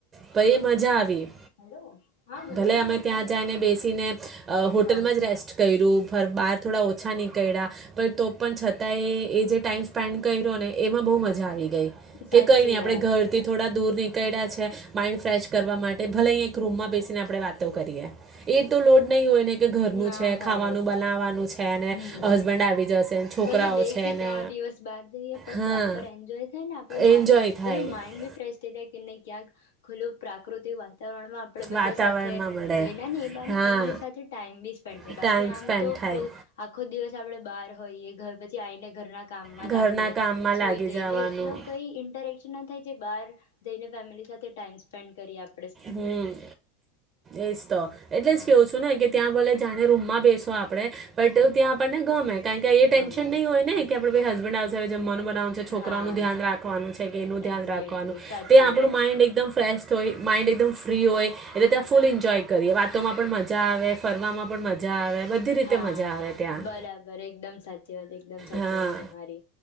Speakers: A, on the right; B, on the left.
A: પર એ મજા આવી.
B: હલો હા ઘરે
A: ભલે
B: આઈ
A: અમે
B: જાવ ઘરે
A: ત્યાં
B: આઈ
A: જઈને
B: જાવ
A: બેસીને અહ હોટલમાં
B: હાવ
A: જ રેસ્ટ કયરું. <unintelligible> થોડા ઓછા નીકળ્યા પણ તો પણ છતાંય એ જે ટાઈમ સ્પેન્ડ કયરો ને એમાં બહુ મજા આવી ગઈ, કે
B: સાચી
A: કઈ નઈ આપણે
B: વાત
A: ઘર થી થોડા દૂર ની કયળા છે, માઈન્ડ ફ્રેશ કરવા માટે ભલે અહીં એક રૂમમાં બેસીને આપણે વાતો કરીએ. એ તો લોડ નહી હોય ને કે ઘરનું
B: ના
A: છે,
B: હોય
A: ખાવાનું બનાવાનું છ છે અને
B: હમ
A: હસ્બેન્ડ આવી જશે. છોકરાઓ
B: ભલે બે
A: છે
B: કે ત્રણ
A: ને
B: દિ બહાર જઈએ પણ
A: હા
B: પ્રોપર એન્જોય થાય ને આપણું
A: એન્જોય
B: મા
A: થાય
B: પેલું માઇન્ડ બી ફ્રેશ થઈ જાય કે નહીં ક્યાંક ખુલ્લું પ્રાકૃતિક વાતાવરણમાં આપણે બધા
A: વાતાવરણમાં
B: સાથે
A: મળે
B: જઈના ને એ બહાને
A: હા
B: ફેમિલી સાથે ટાઈમ બી સ્પેન્ડ છે,
A: ટાઈમ
B: બાકી આમ
A: સ્પેન્ડ
B: તો
A: થાય
B: આખો દિવસ પછી આપડે બાર હોય એ ઘર પછી આઈને ઘરના કામમાં
A: ઘરના
B: લાગીયે
A: કામમાં
B: સુઈ
A: લાગી
B: જઈ
A: જવાનું
B: એટલે એટલો કઈ ઇન્ટરેક્શન ના થાય જે બાર જઈને ફેમિલી સાથે ટાઈમ સ્પેન્ડ કરી આપ
A: હમ એજ તો એટલે
B: હા
A: જ કેવું છું ને કે ત્યાં ભલે જ અને રૂમમાં બેસો આપ આપને બટ
B: હમ
A: ત્યાં આપણને ગમે કારણ કે એ
B: ગમે
A: ટેન્શન નહીં હોય ને કે આપડોબી હસબન્ડ આવશે જે મન બનાવવાનું છે છોકરાઓનું
B: હા
A: ધ્યાન રાખવાનું છે કે એનું ધ્યાન
B: એક્ઝેક્ટલી
A: રાખવાનું
B: સાચી
A: તે આપણું
B: વાત
A: માઈન્ડ એકદમ ફ્રેશ તોઈ માઇન્ડ એકદમ ફ્રી હોય એટલે ત્યાં ફૂલ એન્જોય કરીએ વાતોમાં પણ મજા આવે ફરવામાં પણ મજા આવે બધી રીતે
B: હા
A: મજા આવે ત્યાં
B: બરાબર એકદમ સાચી વાત એકદમ સાચી
A: હા
B: વાત તમારી